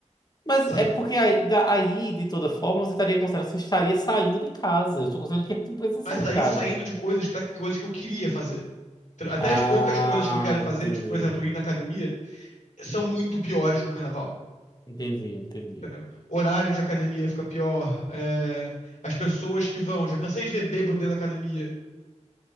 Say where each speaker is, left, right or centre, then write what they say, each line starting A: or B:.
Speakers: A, on the left (about 30°); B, on the left (about 75°).
A: Mas
B: sabe?
A: é porque aí, da- aí, de toda forma, você estaria considerando que você estaria saindo de casa. Eu estou considerando que a gente não precisa sair
B: Mas aí
A: de casa.
B: saindo de coisas pra coisas que eu queria fazer. Tr- Até
A: Ah,
B: as poucas coisas que eu quero fazer,
A: entendi.
B: tipo, por exemplo, ir na academia, são muito piores no carnaval.
A: Entendi, entendi.
B: entendeu? Horário de academia fica pior. é, as pessoas que vão, já cansei de ver bêbado dentro da academia.